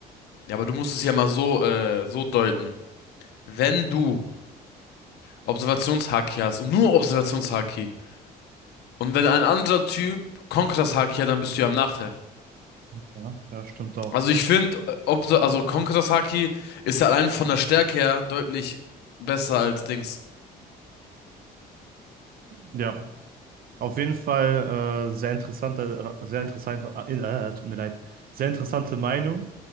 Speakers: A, on the left; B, on the right.
A: ja, aber du musst es ja mal so, äh, so deuten. Wenn du Observationshaki hast und nur Observationshaki und wenn ein anderer Typ Konkuras Haki hat, dann bist du ja im Nachteil.
B: Ja, ja, stimmt auch.
A: Also ich finde, also Konkuras Haki ist ja allein von der Stärke her deutlich besser als Dings.
B: Ja, auf jeden Fall äh, sehr interessanter, sehr interessant, äh, äh, tut mir leid, sehr interessante Meinung